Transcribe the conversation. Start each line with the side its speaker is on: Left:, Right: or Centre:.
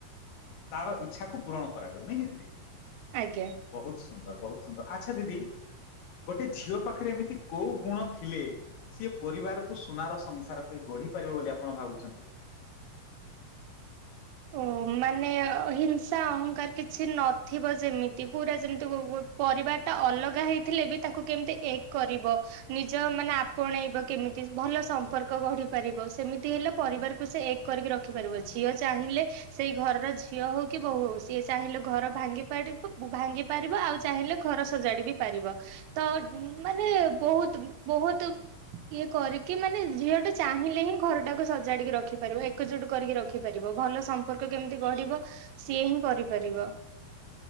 Left: ତାର ଇଚ୍ଛାକୁ ପୂରଣ କରାଯାଉ ନାଇଁ କି ଦିଦି।
Right: ଆଜ୍ଞା।
Left: ବହୁତ ସୁ ବହୁତ ସୁନ୍ଦର ଆଚ୍ଛା ଦିଦି ଗୋଟେ ଝିଅ ପାଖରେ ଏମିତି କୋଉ ଗୁଣ ଥିଲେ ସିଏ ପରିବାରକୁ ସୁନାର ସଂସାର କରି ଗଢି ପାରିବ ବୋଲି ଆପଣ ଭାବୁଚନ୍ତି।
Right: ଓ ମାନେ ହିଂସା ଅହଙ୍କାର କିଛି ନଥିବ ଯେମିତି ପୁରା ଯେମିତି ଗୋ ଗୋ ପରିବାର ଟା ଅଲଗା ହେଇଥିଲେ ବି ତାକୁ କେମିତି ଏକ କରିବ ନିଜ ମାନେ ଆପଣେଇବ କେମିତି ଭଲ ସମ୍ପର୍କ ଗଢି ପାରିବ ସେମିତି ହେଲେ ପରିବାରକୁ ସେ ଏକ କରିକି ରଖିପାରିବ ଝିଅ। ଚାହିଁଲେ ସେଇ ଘରର ଝିଅ ହଉ କି ବୋହୁ ହୋଉ ସିଏ ଚାହିଁଲେ ଘର ଭାଙ୍ଗି ପାଡିବ ଭାଙ୍ଗି ପାରିବ ଆଉ ଚାହିଁଲେ ଘର ସଜାଡି ବି ପାରିବ ତ ମାନେ ବହୁତ ବହୁତ ଇଏ କରିକି ମାନେ ଝିଅ ଟା ଚାହିଁଲେ ହିଁ ଘରଟାକୁ ସଜାଡିକି ରଖିପାରିବ ଏକଜୁଟ କରିକି ରଖିପାରିବ। ଇବ ଭଲ ସମ୍ପର୍କ କେମିତି ଗଢିବ ସିଏ ହିଁ କରିପାରିବ।